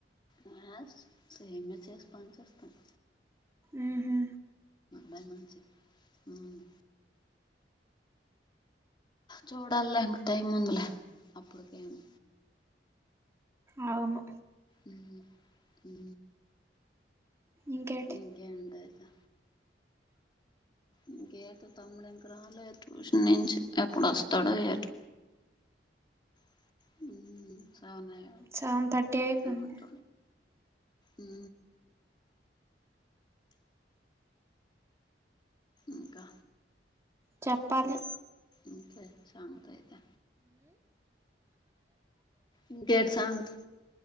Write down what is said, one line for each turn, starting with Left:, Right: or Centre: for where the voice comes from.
Left: ఆ సేమ్ సేమియా చేసి పని చేస్తాను.
Right: ఉహు
Left: మన మంచి మ్ చూడల్ల ఇంక టైం ఉందిలే అప్పుడు కేమో
Right: అవును
Left: ఉ ఊ
Right: ఇంకేటి
Left: ఇంకేంటదా ఇంకేట తమ్ముడు ఇంక రాలే టూషన్ నుంచి ఎప్పుడు వస్తాడో ఏట <inaudible> సగున్నాయి
Right: సెవెన్ థర్టీ అయిపోయింది
Left: గుంట ఉ ఇంకా
Right: చప్పాలి
Left: ఇంకా ఇచ్చాం అదైతే ఇంకేటి సంగతి